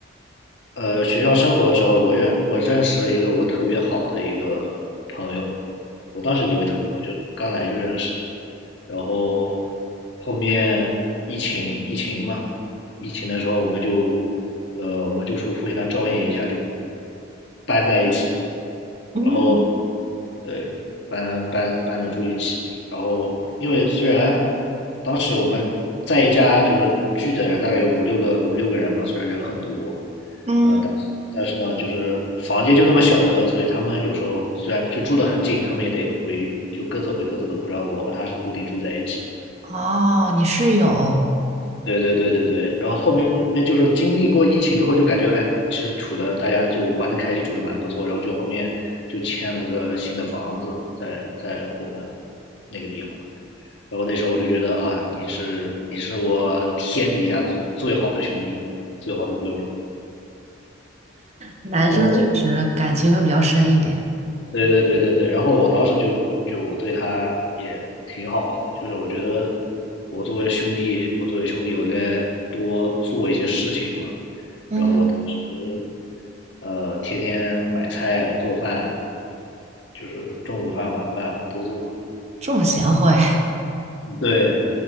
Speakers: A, on the left; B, on the right.
A: 呃，学校生活的时候，我认我认识了一个我特别好的一个朋友，我当时以为特别好，就刚来就认识，然后后面疫情疫情嘛，疫情的时候我们就，呃，我们就说互相照应一下，就搬在一起了，
B: 嗯
A: 然后对，搬搬搬的住一起。然后，因为虽然当时我们在一家就是聚的人大概有五六个五六个人嘛，虽然人很多，
B: 嗯，
A: 呃，但是但是呢，就是房间就那么小个，所以他们有时候虽然就住得很近，他们也得回就各自回各自的屋。然后我和他是固定住在一起的。
B: 哦，你室友。
A: 对对对对对，然后后面就是经历过疫情之后，就感觉哎，其实处的大家就玩的开心，处的蛮不错，然后就后面就签了个新的房子在在我们那个地方，然后那时候我就觉得啊，你是你是我天底下最好的兄弟，最好的哥们儿。
B: 男生确实感情会比较深一点，
A: 哦，对对对对对，然后我当时就就我对他也挺好的，就是我觉得我作为兄弟，我作为兄弟，我应该多做一些事情嘛。
B: 嗯，
A: 然后我当时呃，天天买菜做饭，就是中午饭晚饭我都做。
B: 这么贤惠，
A: 对